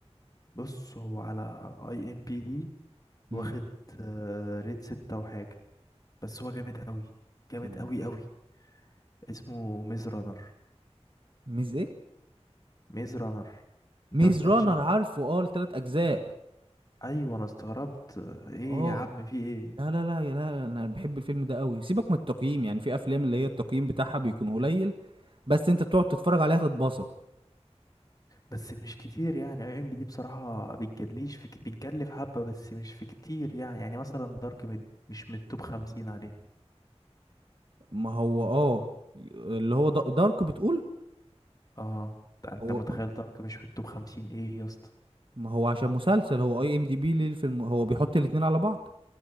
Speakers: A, on the left; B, on the right.
A: بص هو على اي ام بي دي واخد
B: امم
A: آه، ريت ستة وحاجة بس هو جامد قوي جامد
B: فيلم
A: قوي قوي اسمه ميز رانر
B: ميز ايه
A: ميز رانر انت
B: ميز
A: ما سمعتش
B: رانر
A: عنه
B: عارفه اه التلات اجزاء
A: ايوه انا استغربت ايه
B: اه
A: يا عم في ايه
B: لا لا لا يا لا انا بحب الفيلم ده قوي سيبك من التقييم يعني في افلام اللي هي التقييم بتاعها بيكون قليل بس انت بتقعد تتفرج عليها تتبسط
A: بس مش كتير يعني اي ام بي دي بصراحه بتجدليش في بتجلي في حبه بس مش في كتير يعني يعني مثلا دارك مد مش من التوب 50 عليه
B: ما هو اه اللي هو دا- دارك بتقول
A: اه ده انت
B: هو
A: متخيل دارك مش في التوب 50 ايه يا اسطى
B: ما هو عشان مسلسل هو اي ام دي بي للفيلم هو بيحط الاتنين على بعض